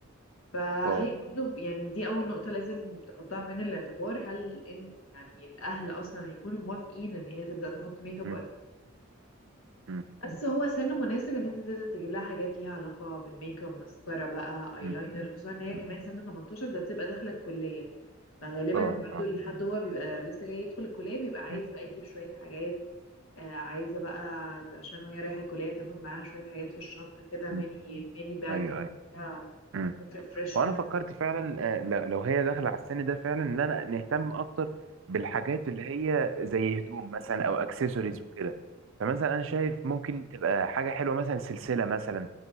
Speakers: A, on the left; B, on the right.
A: فهي
B: اه
A: برضو يعني دي اول نقطه لازم تحطها في عين الاعتبار هل ان يعني الاهل اصلا هيكونوا موافقين ان هي تبدا تحط ميك اب
B: مم.
A: وقتها
B: مم.
A: بس هو سن مناسب ان انت تبدا تجيب لها حاجات ليها علاقه بالميك اب ماسكارا بقى ايلاينر
B: مم.
A: خصوصا ان هي
B: مم.
A: كمان سن 18 ده بتبقى داخله الكليه فغالبا
B: اه
A: برضو
B: اه
A: الحد هو بيبقى لسه جاي يدخل الكلية بيبقى عايز
B: مم.
A: بقى يجيب شوية حاجات آه، عايزة بقى عشان وهي رايحة الكلية تاخد معاها شوية حاجات في الشنطة كده
B: مم.
A: ميني ميني باج
B: ايوه ايوه
A: فيها
B: مم.
A: ريفرشمنت
B: هو انا فكرت فعلا آه، لو لو هي داخله على السن ده فعلا ان انا نهتم اكتر بالحاجات اللي هي زي هدوم مثلا او اكسسوارز وكده فمثلا انا شايف ممكن تبقى حاجه حلوه مثلا سلسله مثلا